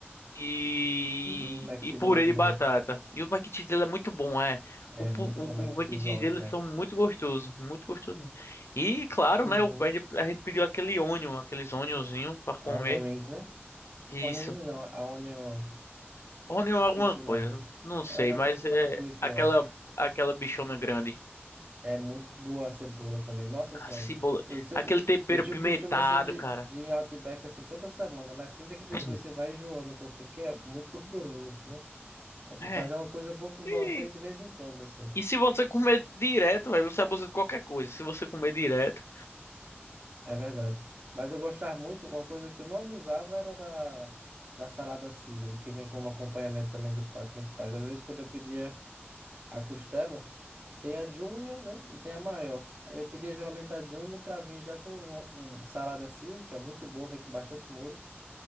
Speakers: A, on the left; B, on the right.
A: e,
B: Hum, Mac
A: e
B: Cheese
A: purê
B: é muito
A: de
B: bom.
A: batata. E o mac and cheese dele é muito bom, é.
B: É
A: O, pu-
B: muito
A: o,
B: bom Mac
A: o
B: and
A: mac
B: Cheese
A: and cheese
B: do Outback.
A: deles são muito gostosos, muito gostosos mesmo. E claro,
B: Uhum.
A: né, o- a gente a gente pediu aquele onion, aqueles onionzinho pra
B: A
A: comer.
B: Onion Rings, né?
A: Isso.
B: Onion Rings não, a Onion...
A: Rony ou
B: Esqueci
A: alguma coisa,
B: o nome.
A: não sei,
B: É Onion,
A: mas
B: Onion
A: é
B: Crisp,
A: aquela
B: eu acho.
A: aquela bichona grande,
B: É muito boa a cebola também. Nossa
A: a
B: Senhora.
A: cebola,
B: Eu sempre...
A: aquele tempero
B: Eu tinha
A: pimentado,
B: o costume, assim, de,
A: cara.
B: de ir em Outback, assim, toda semana. Mas finta que depois
A: Sim.
B: você vai enjoando um pouquinho, porque é muito gorduroso, né? É, tipo,
A: É.
B: mas é uma coisa boa que
A: E,
B: pra você ir de vez em quando, assim.
A: e se você comer direto, velho, você abusa de qualquer coisa. Se você comer direto.
B: É verdade. Mas eu gostava muito, uma coisa que eu não abusava era da, da salada Caesar, que vem como acompanhamento também dos pratos principais. Às vezes, quando eu pedia a costela, tem a Júnior, né? E tem a maior. Aí eu pedia geralmente a Júnior para vir já com um, um salada Caesar, que é muito boa, vem com bastante molho.